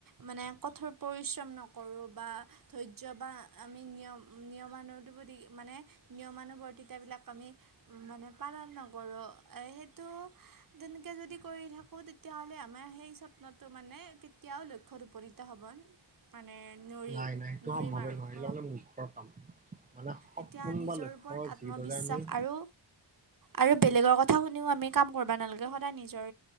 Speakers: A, on the right; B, on the right.
A: মানে কঠোৰ পৰিশ্ৰম নকৰোঁ বা ধৈ জ বা আমি নিয়ম নিয়মানুপতি মানে নিয়মান ৰ তেতিয়া বিলাক আমি মানে পালন নকৰো এ সেইটো তেনেকৈ যদি কৰি থাকোঁ তেতিয়াহ'লে আমাৰ সেই স্বপনটো মানে কেতিয়াও লক্ষ্যত উপনীত হ'ব মানে নোৱাৰি
B: নাই, নাই সেইটো
A: নোৱাৰিম
B: সম্ভৱে
A: আৰু
B: নহয় মানে মূৰ্খৰ কাম মানে সপোন
A: এতিয়া নিজৰ
B: বা লক্ষ্য
A: ওপৰত আত্মবিশ্বাস
B: যিদৰে আমি
A: আৰু আৰু বেলেগৰ কথা শুনিও আমি কাম কৰিবা নালাগে সদায় নিজৰ